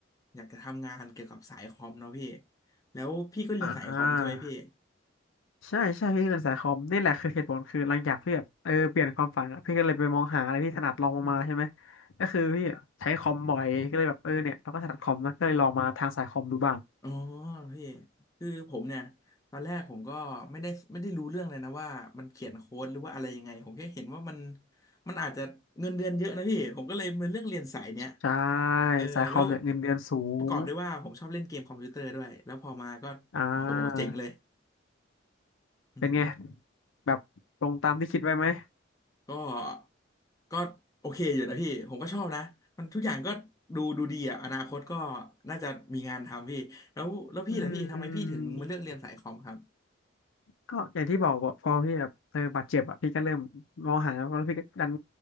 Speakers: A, on the left; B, on the left.
A: อยากจะทำงานเกี่ยวกับสายคอมเนาะพี่แล้วพี่ก็เรียนสายคอมใช่ไหมพี่
B: อ่าใช่ใช่พี่เรียนสายคอมนี่แหละคือเหตุผลคือหลังจากพี่แบบเออเปลี่ยนความฝันอะพี่ก็เลยไปมองหาอะไรที่ถนัดลองลงมาใช่ไหม
A: อืม
B: ก็คือพี่ใช้คอมบ่อยก็เลยแบบเออเนี่ยเราก็ถนัดคอมนะก็เลยลองมาทางสายคอมดูบ้าง
A: อ๋อพี่คือผมเนี่ยตอนแรกผมก็ไม่ได้ไม่ได้รู้เรื่องเลยนะว่ามันเขียนโค้ดหรือว่าอะไรยังไงผมแค่เห็นว่ามันมันอาจจะเงินเดือนเยอะนะพี่ผมก็เลยเป็นเรื่องเรียนสายเนี้ย
B: ใช่
A: เออแล้ว
B: สายคอมเนี่ยเงินเดือนสูง
A: ประกอบด้วยว่าผมชอบเล่นเกมคอมพิวเตอร์ด้วยแล้วพอมาก็โอ้โหเจ๋งเลย
B: อ่า
A: อืม
B: เป็นไงแบบตรงตามที่คิดไว้ไหม
A: ก็ก็โอเคอยู่นะพี่ผมก็ชอบนะมันทุกอย่างก็ดูดูดีอ่ะอนาคตก็น่าจะมีงานทำพี่แล้วแล้วพี่ล่ะพี่ทำไมพี่ถึงมาเลือกเรียนสายคอมครับ
B: อืม ก็อย่างที่บอกอะพอพี่แบบเออบาดเจ็บอะพี่ก็เริ่มมองหาแล้วแล้วพี่ก็ดัน